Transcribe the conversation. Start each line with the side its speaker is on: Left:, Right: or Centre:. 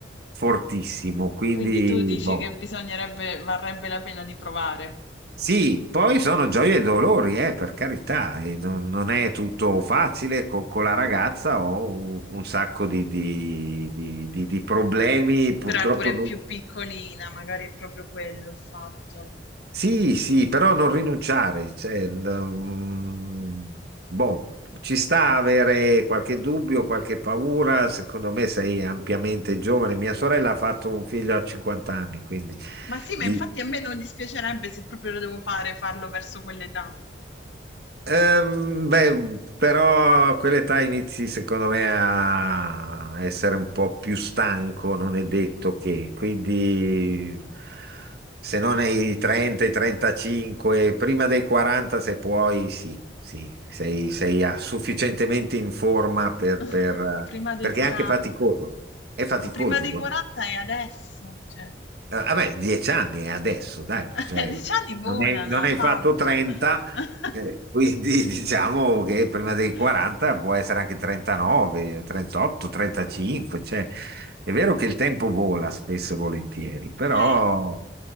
Right: fortissimo, quindi
Left: Quindi tu dici
Right: boh.
Left: che bisognerebbe, varrebbe la pena di provare.
Right: Sì, poi sono gioie e dolori, eh, per carità, e non, non è tutto facile co- con, la ragazza, ho un, un sacco di, di- di- di- di problemi, purtroppo
Left: Però è pure
Right: non-
Left: più piccolina, magari è proprio quello il fatto.
Right: Sì, sì, però non rinunciare, cioè, mm, boh, ci sta avere qualche dubbio, qualche paura, secondo me sei ampiamente giovane, mia sorella ha fatto un figlio a 50 anni, quindi...
Left: Ma sì,
Right: di-
Left: ma infatti a me non dispiacerebbe se proprio lo devo fare, farlo verso quell'età.
Right: Ehm, beh, però a quell'età inizi secondo me a essere un po' più stanco, non è detto che, quindi se non ai 30, ai 35, prima dei 40 se puoi, sì, sì, sei, sei a- sufficientemente in forma per,
Left: <laughs>
Right: per,
Left: Prima
Right: eh,
Left: dei
Right: perché
Left: 40.
Right: è anche faticoso, è faticoso,
Left: Ma prima dei
Right: guarda.
Left: 40 è adesso, cioè.
Right: Eh, Vabbè, dieci anni è adesso, dai,
Left: <laughs>
Right: cioè,
Left: Eh, Gli anni volano,
Right: non hai, non hai
Left: Fabio.
Right: fatto 30,
Left: <laughs>
Right: eh, quindi <laughs> diciamo che prima dei 40 può essere anche 39, 38, 35, cioè, è vero che il tempo vola spesso e volentieri, però
Left: Eh,